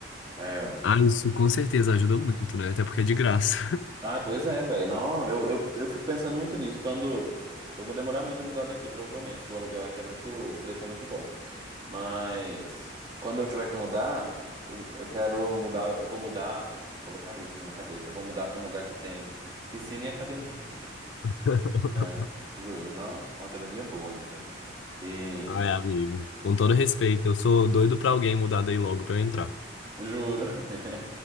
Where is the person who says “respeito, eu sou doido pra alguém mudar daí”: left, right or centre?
Left